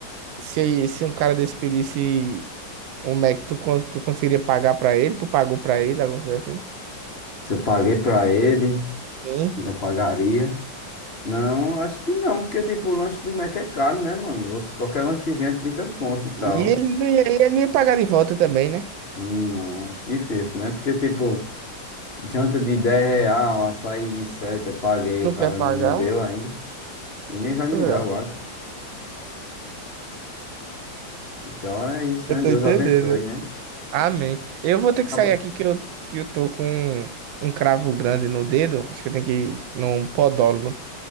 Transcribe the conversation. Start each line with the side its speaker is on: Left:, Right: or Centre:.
Right: se, se um cara desse pedisse um Mac, tu, cons- tu conseguiria pagar pra ele? Tu pagou pra ele, alguma coisa assim?
Left: Se eu paguei pra ele,
Right: Sim.
Left: eu pagaria. Não, acho que não, porque tipo, o lanche do Mac é caro, né, mano? Você- qualquer lanchezinho é 30 conto e tal.
Right: E ele não ia, ele não ia pagar de volta também, né?
Left: Hum, Não, acho difícil, né? Porque tipo, janta de 10 real, açaí de 7, eu paguei,
Right: Não
Left: o cara
Right: quer pagar.
Left: não me deu ainda. E nem vai me
Right: É.
Left: dar, eu acho. Então é isso,
Right: Eu
Left: né?
Right: tô
Left: Deus
Right: entendendo.
Left: abençoe, né?
Right: Amém. Eu vou ter que
Left: Acaba-
Right: sair aqui que eu, que eu tô com um cravo grande no dedo. Acho que eu tenho que ir num podólogo.